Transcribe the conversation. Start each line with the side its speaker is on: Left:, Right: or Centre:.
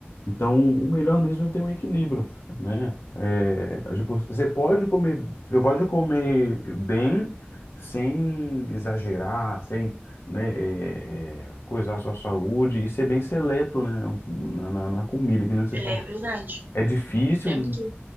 Left: então o melhor mesmo é ter um equilíbrio, né? É, é, tipo, você pode comer, você pode comer bem sem exagerar, sem né, é, é, coisar a sua saúde e ser bem seleto, né, na, na, na comida, que nem você
Right: É
Left: falou.
Right: verdade.
Left: É difícil
Right: Temos que